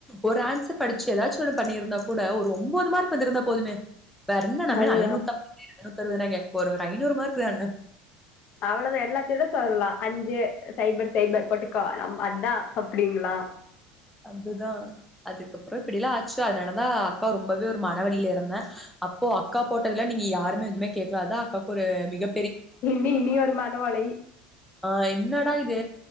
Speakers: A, in the centre; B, on the left.
A: ஒரு ஆன்சர் படிச்சு எதாச்சு ஒண்ணு பண்ணியிருந்தா கூட ஒரு ஒம்போது மார்க் வந்துருந்தா போதுமே வேற என்ன நம்ம
B: அதுதா
A: <inaudible> து அறுவதுனா கேக்க போற ஒரு ஐநூறு மார்க்தானே
B: அவளதா எல்லாத்தோட சொல்லலா அஞ்சு சைபர் சைபர் போட்டுக்கோ நம்ம அதா அப்டிங்களா
A: அதுதா அதுக் கப்பற இப்படிலா ஆச்சு அதனாலதா அக்கா ரொம்பவே ஒரு மன வலில இருந்த அப்போ அக்கா போட்டதுல நீங்க யாருமே எதுமே கேக்ல அதா அக்காவுக்கு ஒரு மிக
B: நீ நீ ஒரு மன ஒளை
A: ஆ என்னடா இது